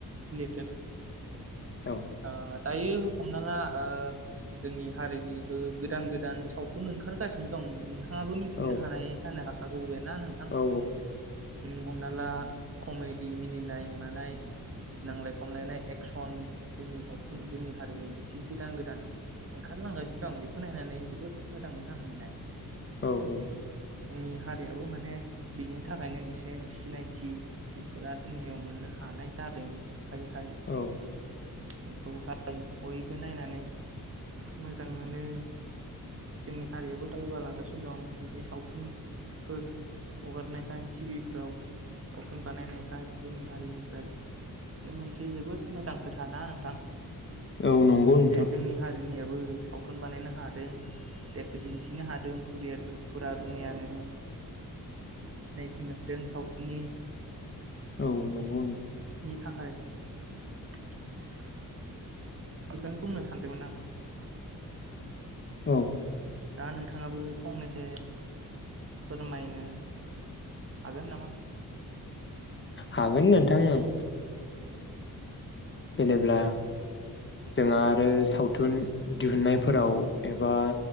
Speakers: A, on the right; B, on the left.
A: रिलेटेड
B: औ
A: ओ दायो हमना ला ओ जोंनि हारिनिबो गोदान- गोदान सावथुन ओंखारगासिनो दं। नोंथाङाबो मिथिनो
B: औ
A: हानाय जानो हागौ। हागौ। ना नोंथां?
B: औ
A: ओम। हमना ला कमेडि मिनिनाय मानाय नांजलाय- खमलायनाय एक्सन जोंनि सावथुन जोंनि हारिनि बिदि गोदान गोदान ओंखारलांगासिनो दं बेखौ नायनानै जोबोद मोजां मोनो आं माने।
B: औ औ
A: जोंनि हारियाबो माने बिनि थाखायनो एसे सिनायथिफोरा दुनियाव मोननो हानाय जादों। ओमफायहाय
B: औ
A: बेखौहाय बयबो नायनानै मोजां मोनो जोंनि हारियाबो दावगालांगासिनो। दं बिदिनो सावथुनफोर हगारनायखाय टिभिफ्राव सावथुन बानायनायखाय जोंनि हारिनिफ्राय बे मोनसे जोबोद मोजां खोथा ना नोंथां।
B: औ नंगौ नोंथां
A: जे जोंनि हारिनिया <unintelligible> सावथुन बानायनो हादों दे दिन्थिनो हादों। <unintelligible> फुरा दुनियानो सिनायथि मोनदों सावथुननि
B: औ नंगौ नोंथां
A: <unintelligible> थाखाय <unintelligible> बेखौनो बुंनो सानदोंमोन आं।
B: औ
A: दा नोंथाङाबो फंनैसो फोरमायनो हागोन नामा?
B: हागोन नोंथां ओं। जेनेब्ला जोंहा आरो सावथुन दिहुनन्नायफोराव एबा